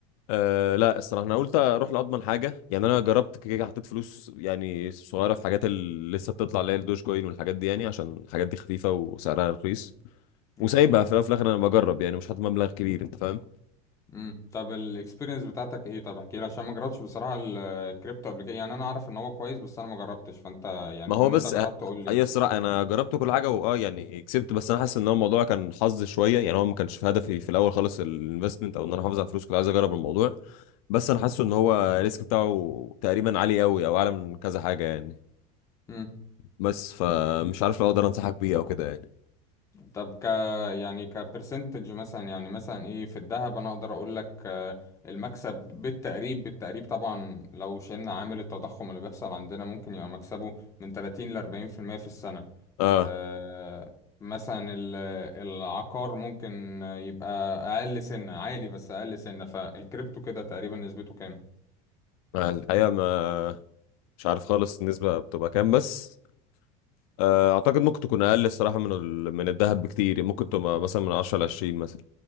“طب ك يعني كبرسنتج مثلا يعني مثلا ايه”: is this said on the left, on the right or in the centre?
Left